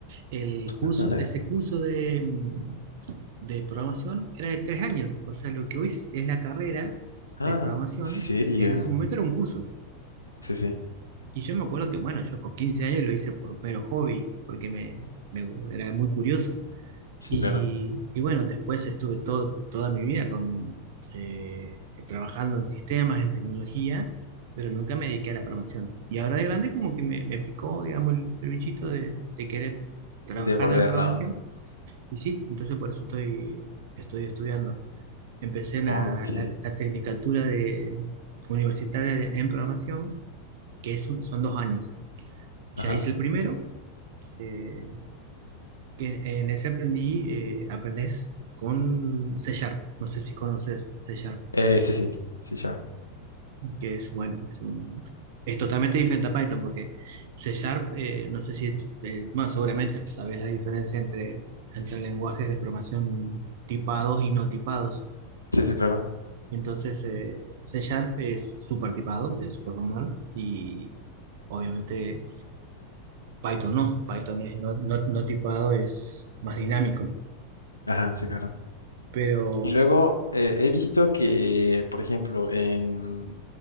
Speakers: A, on the right; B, on the left.
A: el curso,
B: <laughs>
A: ese curso de, mm, de programación era de tres años. O sea, lo que hoy es es la carrera
B: Ah,
A: de programación,
B: ¿en serio?
A: en ese momento era un curso.
B: Sí, sí,
A: Y yo me acuerdo que, bueno, yo con 15 años lo hice por mero hobby, porque me, me- era muy curioso.
B: sí,
A: Y,
B: claro.
A: y bueno, después estuve todo, toda mi vida con, eh, trabajando en sistemas, en tecnología, pero nunca me dediqué a la programación. Y ahora de grande como que me, me picó, digamos, el, el bichito de, de querer trabajar
B: Devolver,
A: de programación.
B: ¿no?
A: Y sí, entonces por eso estoy, estoy estudiando. Empecé en
B: Ok.
A: la, la- la tecnicatura de, universitaria de- en programación, que es un- son dos años. Ya
B: Ajá.
A: hice el primero, eh, que en ese aprendí, eh, aprendes con C Sharp. No sé si conoces C Sharp,
B: Eh, sí, sí, sí, sure.
A: que es bueno, es, un- es totalmente diferente a Python, porque C Sharp, eh, no sé si, eh, bueno, seguramente sabes la diferencia entre, entre lenguajes de programación tipados y no tipados.
B: Sí, sí, claro.
A: Entonces, eh, C Sharp es súper tipado, es súper formal, y obviamente Python no, Python es no, no no tipado, es más dinámico.
B: Ajá, sí, claro.
A: Pero
B: Y luego eh, he visto que, por ejemplo, en...